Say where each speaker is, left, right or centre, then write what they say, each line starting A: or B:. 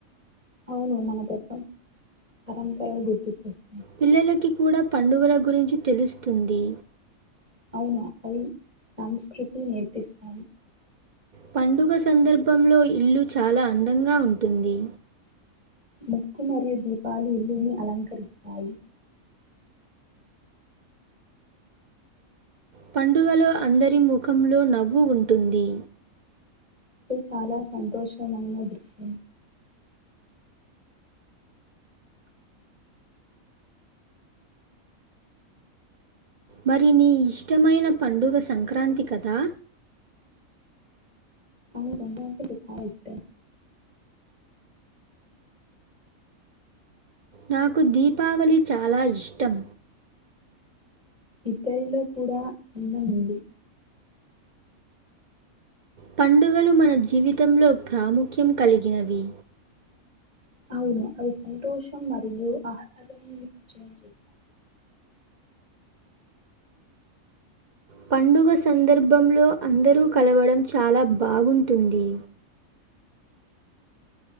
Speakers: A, on the right; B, on the right.
A: అవును మన ప్రతన్ పరంపరలు గుర్తు చేస్
B: పిల్లలకి కూడా పండుగల గురించి తెలుస్తుంది.
A: అవునా అవి సంస్కృతి నేర్పిస్తాయి.
B: పండుగ సందర్భంలో ఇల్లు చాలా అందంగా ఉంటుంది.
A: ముక్కు మరియు దీపాలు ఇల్లుని అలంకరిస్తాయి.
B: పండుగలో అందరి ముఖంలో నవ్వు ఉంటుంది.
A: ది చాలా సంతోషమైన దృశ్యం
B: మరి నీ ఇష్టమైన పండుగ సంక్రాంతి కదా.
A: అవును సంక్రాంతి అంటే చాలా ఇష్టం
B: నాకు దీపావళి చాలా ఇష్టం.
A: ఇద్దరిలో కూడా అందముంది
B: పండుగలు మన జీవితంలో ప్రాముఖ్యం కలిగినవి.
A: అవును అవి సంతోషం మరియు ఆహ్లాదాన్ని ఇచ్చేవి.
B: పండుగ సందర్భంలో అందరూ కలవడం చాలా బాగుంటుంది.